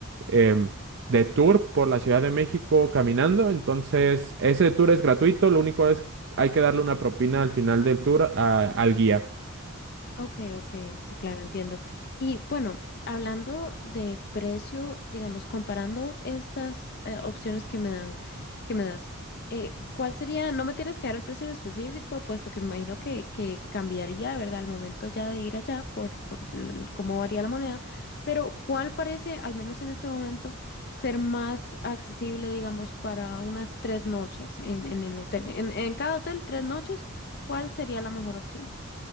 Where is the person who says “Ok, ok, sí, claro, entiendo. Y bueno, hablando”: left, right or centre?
Left